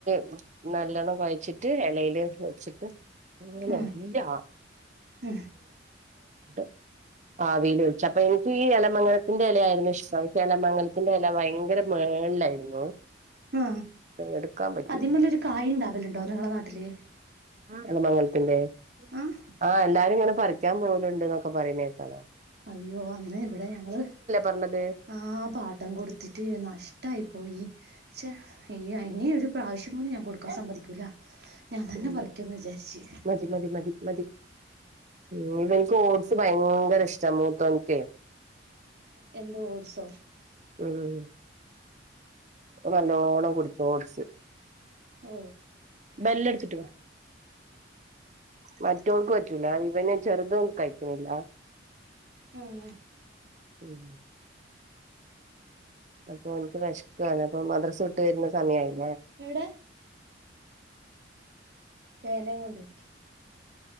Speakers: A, on the right; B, on the right.
A: <unintelligible> നല്ലോണ്ണം കൊയച്ചിട്ട് എലേല് വെച്ചിട്ട് ഇങ്ങനെ അല്ലെ
B: ഉം
A: ഞങ്ങക്ക്
B: ഉം
A: <unintelligible> ആ ആവീൽ വെച്ചു അപ്പൊ എനിക്ക് ഈ എലമംഗലത്തിന്റെ എലയായിരുന്നു ഇഷ്ടം എലമംഗലത്തിന്റെ എല ഭയങ്കര മേളിലായിരുന്നു
B: ആ
A: എടുക്കാൻ പറ്റിയില്ല
B: അതിമല്ലരു കായണ്ടാവലുണ്ടോ നിങ്ങളെ നാട്ടില്
A: എലമങ്ങൽ പിന്നെ
B: ആഹ്
A: ആ എല്ലാരും ഇങ്ങനെ പറിക്കാൻ പോകുന്നുണ്ട് എന്നൊക്കെ പറയുന്ന കേക്കാല്ലോ
B: അയ്യോ അന്ന് ഇവിടെ ഞങ്ങള്
A: പറഞ്ഞത്
B: ആ പാട്ടം കൊടുത്തിട്ട് നഷ് ട്ടായി പോയി ക്ഷേ ഇനി ഒരു പ്രാവശ്യം പോലും ഞാൻ കൊടുക്കാൻ സമ്മതിക്കൂല ഞാൻ തന്നെ
A: ഉം
B: പറിക്കുംന്ന് വിചാരിച്ച്
A: മതി മതി മതി മതി ഉം ഇവൻ കോഴ്സ് ഭയങ്കര ഇഷ്ടാ മൂത്തോനിക്ക്
B: ആ എന്താ ഓഡ്സോ
A: ഉം ഓൻ നല്ലോണം കുടിക്കും ഓട്സ്
B: ഓ
A: ബെല്ല് എടുത്തിട്ട് വ മറ്റോവക്ക് പറ്റൂല ഇവന് ചെറുതൊന്നും കഴിക്കണില്ല
B: ആണോ
A: ഉം അപ്പൊ എനിക്ക് വെശക്ക് കാ ണ് അപ്പൊ മദ്രസ വിട്ട് വരുന്ന സമയായില്ല
B: എവിടെ വേനേം കൊണ്ടിരിക്കും